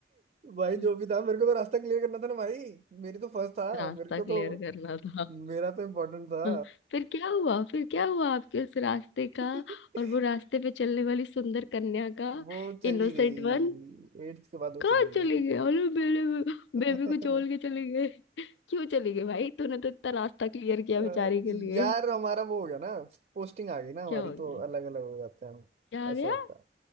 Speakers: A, on the right; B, on the left.
A: भाई
B: हम्म,
A: जो भी था मेरे को तो रास्ता क्लियर करना था ना भाई मेरी तो फर्स्ट था
B: रास्ता
A: मेरे को
B: क्लियर
A: तो
B: करना था
A: मेरा तो इम्पोर्टेंट था
B: <laughs> फिर क्या हुआ फिर क्या हुआ आपके उस रास्ते का
A: <laughs>
B: और वो रास्ते पे चलने वाली सुंदर कन्या का
A: वो चली
B: Innocent
A: गई
B: one
A: एट्थ के बाद वो
B: कहाँ
A: चली
B: चले
A: गई
B: गए अरे मेरे
A: <laughs>
B: बेबी को छोड़ के चले गए <laughs> क्यों चले गए भाई तूने तो इतना रास्ता क्लियर किया
A: अ,
B: बेचारी के लिए
A: यार हमारा वो हो गया ना पोस्टिंग आ गई ना हमारी
B: क्या हो गया
A: तो अलग अलग हो जाते हैं हम
B: क्या हो
A: ऐसा
B: गया
A: होता है